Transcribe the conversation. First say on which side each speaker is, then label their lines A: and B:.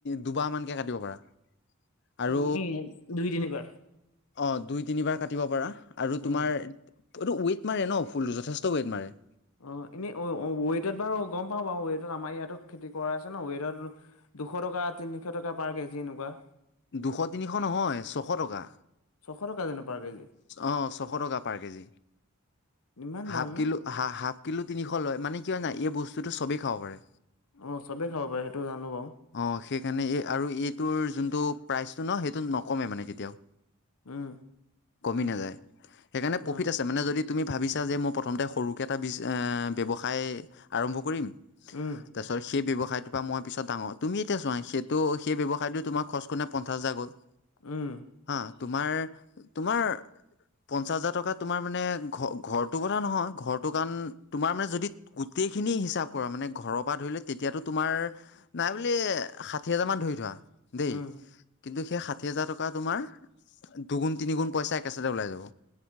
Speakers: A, on the left; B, on the left.
A: দুবাহ মানকে কাটিব পাৰা। আৰু
B: এনে দুই, তিনিবাৰ।
A: অ, দুই, তিনিবাৰ কাটিব পাৰা আৰু তোমাৰ
B: উম
A: এইটো ৱট মাৰে ন, ফুলটো যথেষ্ট ৱেইট মাৰে।
B: অ, এনেই ৱেইটত বাৰু গম পাওঁ বাৰু ৱটত আমাৰ ইয়াতো খেতি কৰা আছে ন, ৱটত। দুশ টকা, তিনিশ টকা পাৰ কেজি এনেকুৱা।
A: দুশ, তিনিশ নহয়, ছশ টকা।
B: ছশ টকা জানো পাৰ কেজি
A: অ, ছশ টকা পাৰ কেজি।
B: ইমান দাম
A: হাফ কিলো
B: না
A: হা, হাফ কিলো তিনিশ লয়, মানে কিয় নাই এই বস্তুটো চবেই খাব পাৰে।
B: অ চবেই খাব পাৰে সেইটো জানো বাৰু
A: অ, সেইকাৰণে এই আৰু এইটোৰ যোনটো প্ৰাইচটো ন, সেইটো নকমে মানে কেতিয়াও।
B: উম।
A: কমি নাযায়। সেইকাৰণে প্ৰফিট
B: আচ্ছা
A: আছে মানে যদি তুমি ভাবিছা যে, মই প্ৰথমতে সৰুকৈ এটা বিজ ব্যৱসায় আৰম্ভ কৰিম। তাৰ
B: উম
A: পিছত সেই ব্যৱসাই ব্যৱসায়টো পৰা মই পিছত ডাঙৰ তুমি এতিয়া চোৱা সেইটো সেই ব্যৱসায়টো টোমাৰ খৰচ পঞ্চছ হাজাৰ গ'ল।
B: উম।
A: হা তোমাৰ, তোমাৰ পঞ্চাশ হাজাৰ টকা তোমাৰ মানে ঘ-ঘৰটোৰ কথা নহয় ঘৰটো কাৰণ তোমাৰ মানে যদি গো সেইখিনি হিচাপ কৰা মানে ঘৰৰ পৰা ধৰিলে তেতিয়াতো তোমাৰ নাই বুলি ষাঠি হাজাৰ মান ধৰি থোৱা। দেই
B: উম
A: কিন্তু সেই সাতি হাজাৰ টকা তোমাৰ দুগুন তিগুণ পইচা একেচাতে ওলাই যাব।